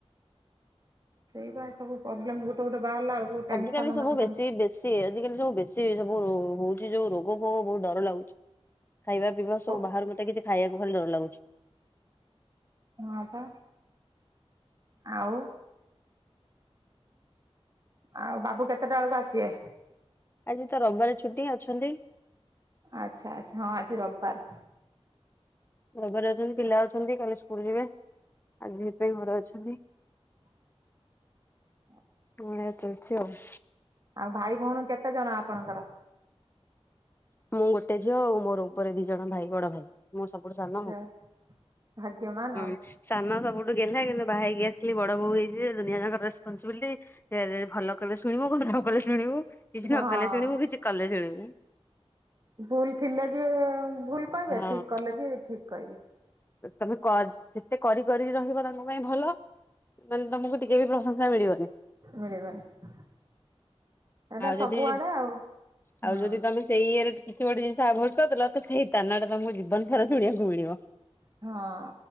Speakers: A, on the right; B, on the left.
A: ସେଇ ପାଇଁ ସବୁ ପ୍ରୋବ୍ଲେମ ଗୋଟେ ଗୋଟେ ବାହାରିଲା ବେଳକୁ ଟେନସନ
B: ଆଜିକାଲି ସବୁ
A: ମଣିଷ।
B: ବେଶୀ ବେଶ ଆଜିକାଲି ସବୁ ବେଶୀ ସବୁ ହଉଛି ଯୋଉ ରୋଗ ଫୋଗ ବହୁତ ଡର ଲାଗୁଛି ଖାଇବା ପିଇବା।
A: ହଁ
B: ସବୁ ବାହାରୁ ମତେ କିଛି ଖାଇବାକୁ ଭାରୀ ଡର ଲାଗୁଛି।
A: ହଁ ପା ଆଉ ଆଉ ବାବୁ କେତେଟା ବେଳକୁ ଆସିବେ।
B: ଆଜି ତ ରବିବାର ଛୁଟି ଅଛନ୍ତି।
A: ଆଚ୍ଛା ଆଚ୍ଛା ହଁ ଆଜି ରବିବାର।
B: ରବିବାର ଅଛନ୍ତି, ପିଲା ଅଛନ୍ତି, କାଲି ସ୍କୁଲ ଯିବେ। ଆଜି ସେଇଥିପାଇଁ ଘରେ ଅଛନ୍ତି।
A: <inaudible>
B: ବୁଣା ଚାଲିଛି ଆଉ,
A: ଆଉ ଭାଇ ଭଉଣୀ କେତେ ଜଣ ଆପଣଙ୍କର
B: ମୁଁ ଗୋଟେ ଝିଅ ଆଉ ମୋର ଉପରେ ଦି ଜଣ ଭାଇ ବଡ ଭାଇ। ମୁଁ ସବୁଠୁ ସାନ,
A: ଯେ
B: ହୁଁ
A: ଭାଗ୍ୟମାନ ଆଉ।
B: ସାନ ସବୁଠୁ ଗେହ୍ଲା, କିନ୍ତୁ ବାହା ହେଇକି ଆସିଲି ବଡ ବୋହୁ ହେଇଛି ଦୁନିଆାଙ୍କର ରେସ୍ପନସିବିଲିଟି ସେ ଭଲ କଲେ ଶୁଣିବୁ ନ କଲେ ଶୁଣିବୁ କିଛି ନ
A: ହଁ
B: କଲେ ଶୁଣିବୁ କିଛି କଲେ ଶୁଣିବୁ।
A: ଭୁଲ୍ ଥିଲେ ବି ଭୁଲ୍ କହିବେ,
B: ହଁ।
A: ଠିକ୍ କଲେ ବି ଠିକ୍ କହିବେ।
B: ତମେ <unintelligible> ଯେତେ କରି କରିି ରହିବ ତାଙ୍କ ପାଇଁ ଭଲ ତାହେଲେ ତମକୁ ଟିକେ ବି ପ୍ରଶଂସା ମିଳିବନି
A: ମିଳିିବନି। ଏଟା
B: ଆଉ
A: ସବୁଆଡେ
B: ଯଦି
A: ଆଉ,
B: ଆଉ
A: ହୁଁ।
B: ଯଦି ତମେ ସେଇ ଇଏରେ କିଛି ଗୋଟେ ଜିନିଷ କରିଦେଲ ତ ସେଇ ତାନା ଟା ତମକୁ ଜୀବନ ସାରା ଶୁଣିବାକୁ ମିଳିବ।
A: ହଁ।